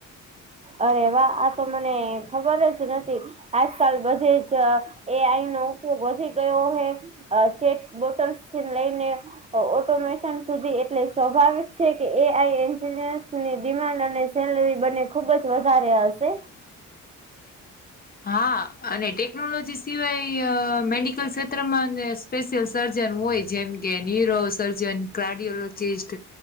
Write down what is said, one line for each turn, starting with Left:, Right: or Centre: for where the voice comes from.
Right: અરે વાહ આ તો મને ખબર જ નથી આજકાલ બધે જ એ અહી નો ઉપયોગ વધી ગયો હ અ ચેટ બોટલ્સ થી લઈને ઓટોમેશન સુધી એટલે સ્વાભાવિક છે, કે એ આઈ એન્જિનિયન્સની ડિમાન્ડ અને સેલરી બને ખુબ જ વધારે હશે
Left: હા અને ટેકનોલોજી સિવાય મેડિકલ ક્ષેત્રમાં અને સ્પેશિયલ સર્જન હોય, જેમ કે ન્યુરો સર્જન કાર્ડિયોલોજીસ્ટ